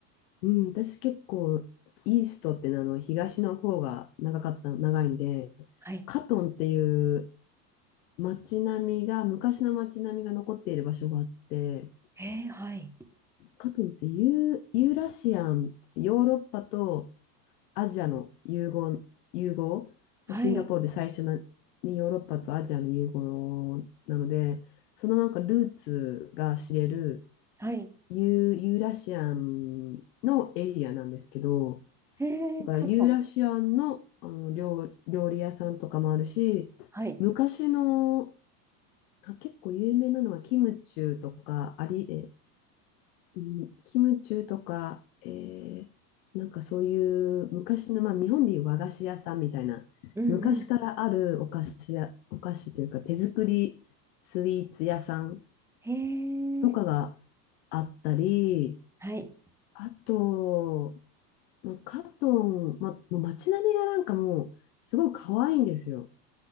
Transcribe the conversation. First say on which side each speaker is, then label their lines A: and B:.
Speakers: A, on the left; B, in the centre.
A: うん、私結構、イーストっていうのはあの東の方が長かった、長いんで、
B: はい。
A: カトンっていう街並みが、昔の街並みが残っている場所があって、
B: えー、はい。
A: かといってユー、ユーラシアン、ヨーロッパとアジアの融合、融合、
B: はい。
A: シンガポールで最初の、ね、ヨーロッパとアジアの融合なので、そのなんかルーツが知れる
B: はい。
A: ユー、ユーラシアンのエリアなんですけど、
B: えー、
A: だからユーラシアンの、
B: カットン。
A: あの料、料理屋さんとかもあるし、
B: はい。
A: 昔のあ結構有名なのはキムチューとか、あり、え、うんキムチューとか、えーなんかそういう昔の、まあ、日本でいう和菓子屋さんみたいな、
B: うんうん。
A: 昔からあるお菓子や、お菓子というか手作りスイーツ屋さん
B: えー、
A: とかがあったり、
B: はい。
A: あと、まあ、カトン、まあ、もう街並みがなんかもうすごい可愛いんですよ。